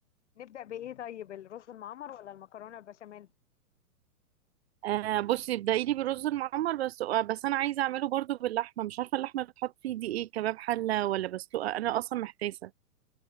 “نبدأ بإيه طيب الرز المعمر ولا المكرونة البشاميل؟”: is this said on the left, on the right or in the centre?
Left